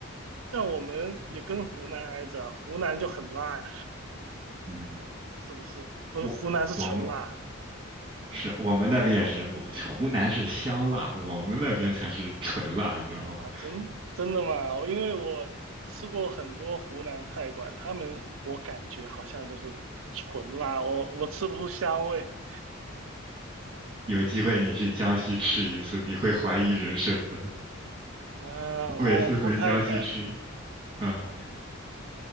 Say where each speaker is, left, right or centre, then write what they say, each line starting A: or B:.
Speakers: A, on the right; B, on the right.
A: 像我们也跟湖南挨着，湖南就很辣，
B: 嗯，
A: 是不是？湖湖南是纯辣
B: 我我们是我们那边也是，我湖南是香辣，我们那边才是纯辣，你知道吗？
A: 啊，真真的吗？因为我吃过很多湖南菜馆，他们我感觉好像就是纯辣，我我吃不出香味。
B: 有机会你去江西吃一次，你会怀疑人生的。
A: 呃，我不太敢。
B: 我每次回江西吃，嗯，
A: 嗯